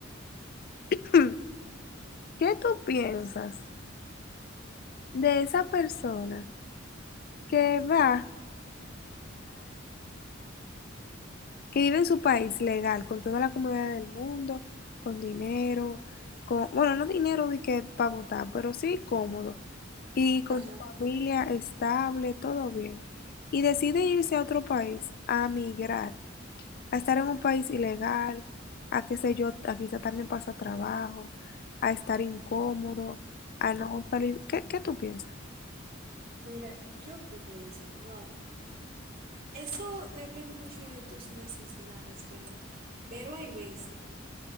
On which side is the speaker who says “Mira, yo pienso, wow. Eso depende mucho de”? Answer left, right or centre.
Right